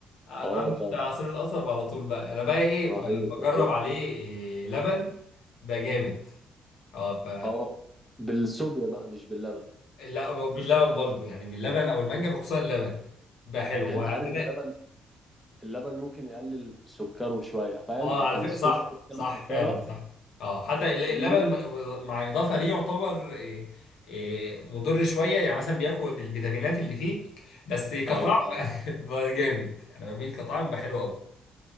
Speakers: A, on the left; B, in the centre.
A: آه،
B: اه
A: ده
B: ده
A: بتاع عصير القصب على طول بقى انا بقى ايه
B: رهيب
A: ب- بجرب
B: رهيب
A: عليه إيه لبن بقى جامد اه ف
B: اه بالصوبيا بقى مش باللبن
A: لا هو باللبن برضو يعني باللبن او المانجا بخصوصا اللبن بقى حلو
B: يعني
A: وعندنا
B: انت عارف اللبن اللبن ممكن يقلل سكره شويه فاهم
A: اه
B: لكن
A: على فكره
B: الصوبيا
A: صح
B: كده
A: صح
B: كده مسكره
A: فعلا صح اه حتى الل-
B: فاهمني
A: اللبن مع اضافه ليه يعتبر إيه إيه مضر شويه يعني مثلا بياخد الفيتامينات اللي فيه بس كطعم
B: ايوه فاهم
A: <laughs> بقى جامد انا بميل كطعم بقى حلو قوي